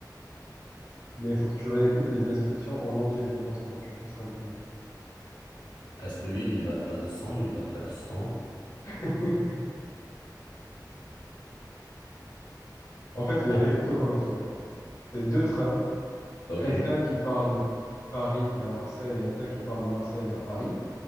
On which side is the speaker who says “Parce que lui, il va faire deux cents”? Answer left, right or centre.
Left